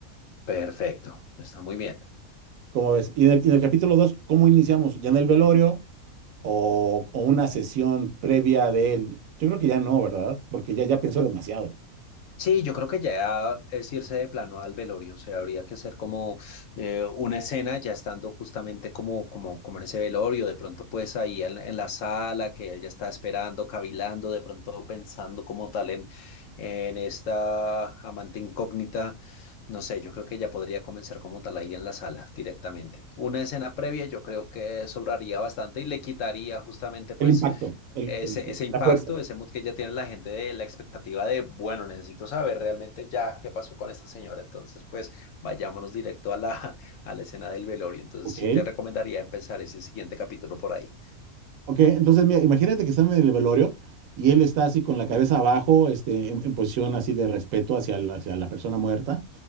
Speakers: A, on the left (about 65°); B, on the right (about 70°).
A: Perfecto, está muy bien.
B: ¿Cómo ves? Y en el, y en el capítulo 2, ¿cómo iniciamos? ¿Ya en el velorio o, o una sesión previa de él? Yo creo que ya no, ¿verdad? Porque ya, ya pensó demasiado.
A: Sí, yo creo que ya es irse de plano al velorio, o sea, habría que hacer como eh, una escena ya estando justamente como, como, como en ese velorio, de pronto pues ahí en, en la sala que él ya está esperando, cavilando, de pronto pensando como tal en, en esta amante incógnita, no sé, yo creo que ya podría comenzar como tal ahí en la sala directamente. Una escena previa yo creo que sobraría bastante y le quitaría justamente pues
B: El impacto, el-
A: ese,
B: el-
A: ese impacto,
B: la fuerza.
A: ese mood que ya tiene la gente de la expectativa de, bueno, necesito saber realmente ya qué pasó con esta señora. Entonces, pues vayámonos directo a la, <laughs> a la escena del velorio. Entonces,
B: Ok.
A: sí te recomendaría empezar ese siguiente capítulo por ahí.
B: Ok, entonces mira, imagínate que están en el velorio y él está así con la cabeza abajo, este, en, en posición así de respeto hacia, la- hacia la persona muerta,